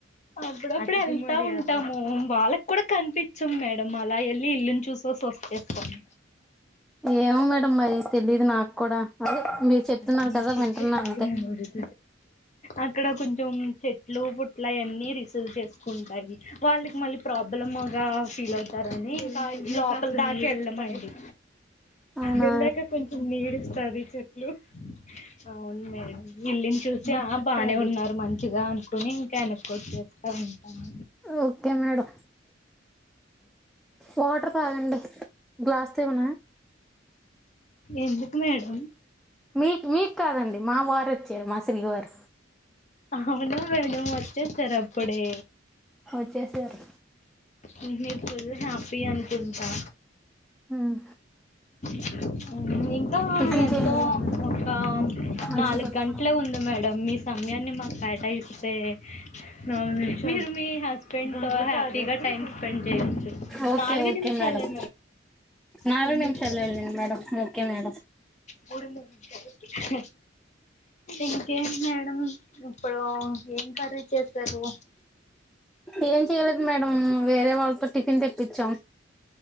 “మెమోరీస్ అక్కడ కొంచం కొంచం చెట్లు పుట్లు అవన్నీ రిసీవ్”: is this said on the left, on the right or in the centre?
Left